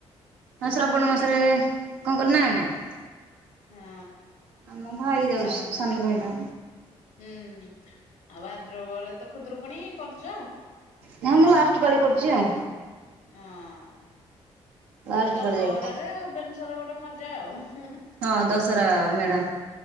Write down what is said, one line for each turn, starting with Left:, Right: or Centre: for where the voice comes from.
Left: କିଏ
Right: ଆ ଶ୍ରାବଣ
Left: ଭୂଷନ୍ତି?
Right: ମାସରେ କଣ କହିଲ ନାଇଁ ନାଇଁ।
Left: ହଁ
Right: ଆମ ଭାଇ ଯାଉଛି।
Left: ତାପ
Right: ସାନ ଭାଇଟା
Left: ହୁଁ ଆଉ ଭାଦ୍ରବରେ ତ ଖୁଦୁରୁକୁଣୀ କରୁଛ।
Right: ନା ମୁଁ ଲାଷ୍ଟ ପାଳି କରୁଛି ଆଉ
Left: ହଁ
Right: ଲାଷ୍ଟ
Left: ତାପରେ ଦଶହରାରେ
Right: ପାଳି ଯାଇକି
Left: ଭୁବନେଶ୍ୱରରେ ଗୋଟେ ମଜା ଆଉ।
Right: ହଁ ଦଶହରା ମେଢ଼।